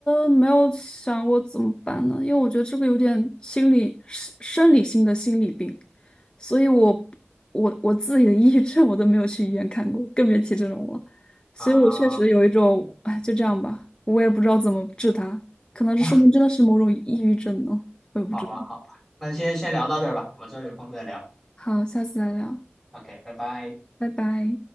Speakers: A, on the left (about 20°); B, in the centre.
A: 没有想过怎么办呢，因为我觉得这个有点心理生生理性的心理病，所以我我我自己的抑郁症我都没有去医院看过，更别提这种了。所以我确实有一种，
B: 啊。
A: 哎，就这样吧，我也不知道怎么治它，可能这说明真的是某种抑郁症呢，
B: 哇
A: 我也不知道。
B: 好吧，好吧，那先先聊到这儿吧，我们之后有空再聊。
A: 好，下次再聊，
B: OK，拜拜。
A: 拜拜。